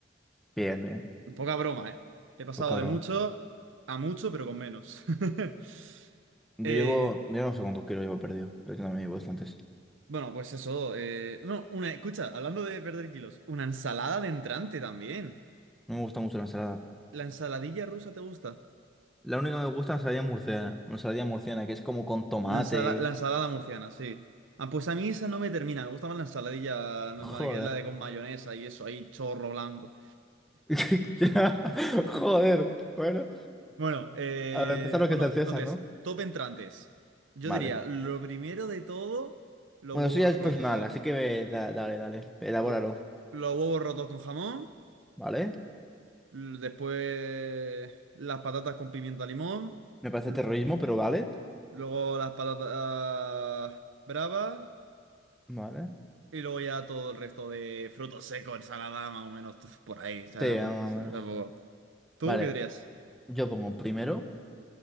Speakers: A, in the centre; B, on the right.
A: Bien, bien.
B: Poca broma, ¿eh? He pasado
A: Poca
B: de
A: broma.
B: mucho a mucho, pero con menos. <laughs>
A: Yo
B: Eh,
A: llevo, yo no sé cuántos kilos llevo perdido, pero yo también llevo bastantes.
B: bueno, pues eso. eh, no, una, escucha, hablando de perder kilos, una ensalada de entrante también.
A: No me gusta mucho la ensalada.
B: ¿La ensaladilla rusa te gusta?
A: La única que me gusta es la ensalada murciana. Una ensalada murciana que es como con tomate.
B: La, ensala- la ensalada murciana, sí. Ah, pues a mí esa no me termina. Me gusta más la ensaladilla normal,
A: Joder.
B: que es la de con mayonesa y eso, ahí chorro blanco.
A: <laughs> Ya, Joder. Bueno,
B: Bueno, eh,
A: a ver, César lo
B: bueno,
A: que es del
B: entonces,
A: César, ¿no?
B: top entrantes. Yo
A: Vale.
B: diría, lo primero de todo, los
A: Bueno,
B: huevos
A: eso ya
B: rotos.
A: es personal, así que ve- da- dale, dale, elabóralo.
B: lo- los huevos rotos con jamón.
A: ¿Vale?
B: l- Después, las patatas con pimiento a limón.
A: Me parece
B: l-
A: terrorismo, pero vale.
B: Luego, las patatas bravas.
A: Vale.
B: Y luego ya todo el resto de frutos secos, ensalada, más o menos, tuf, por ahí, ¿sabes?
A: Sí, vámonos.
B: No sé, tampoco. ¿Tú
A: Vale,
B: qué dirías?
A: yo pongo primero